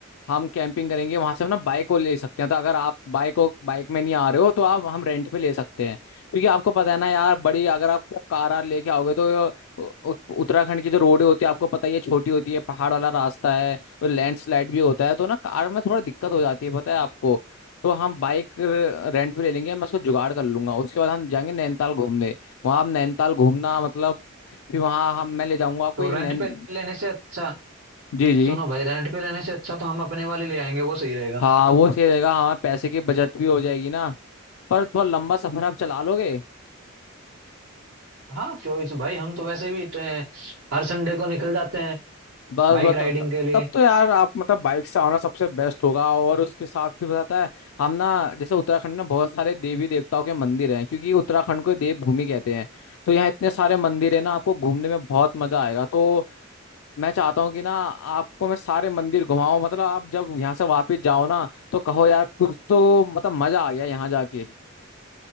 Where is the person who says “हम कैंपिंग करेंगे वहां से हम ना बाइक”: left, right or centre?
Left